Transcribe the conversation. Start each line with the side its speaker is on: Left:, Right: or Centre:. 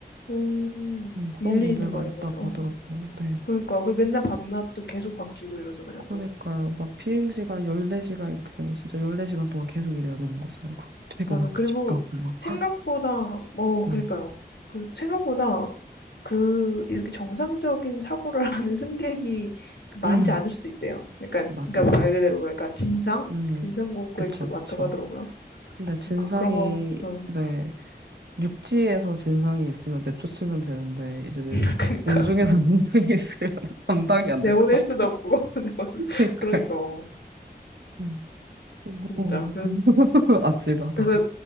Left: 음,
Right: 음, 그런
Left: 일리
Right: 문제가
Left: 있는 말인
Right: 있다고
Left: 것 같아. 어,
Right: 하더라고요. 네.
Left: 그러니까. 그리고 맨날 밤낮도 계속 바뀌고 이러잖아요,
Right: 그러니까요.
Left: 또.
Right: 막 비행시간 14시간 이렇게 되면 진짜 14시간 동안 계속 일해야 되는 거잖아요. 그리고 퇴근하고
Left: 맞아요. 그리고
Right: 집 가고 막.
Left: 생각보다, 어,
Right: 네.
Left: 그러니까요. 그, 생각보다 그, 이렇게 정상적인 사고를 <laughs> 하는 승객이 많지
Right: 음,
Left: 않을 수도 있대요. 그러니까,
Right: 맞아요.
Left: 그러니까 말 그대로 뭐랄까, 진상?
Right: 음.
Left: 진상 공격도
Right: 그쵸,
Left: 많다고
Right: 그쵸.
Left: 하더라고요.
Right: 근데 진상이
Left: 그러니까 그런 거, 어,
Right: 네. 육지에서 진상이 있으면 내쫓으면 되는데 이제
Left: <laughs> 그러니까.
Right: 공중에서 <laughs> 진상이 있으면 <laughs> 감당이 안
Left: 내보낼
Right: 될 것 같아요.
Left: 수도 없고. <laughs>
Right: <laughs> 그러니까
Left: 그러니까, 어,
Right: 음.
Left: 진짜.
Right: 오. <laughs> 아찔하다.
Left: 그래서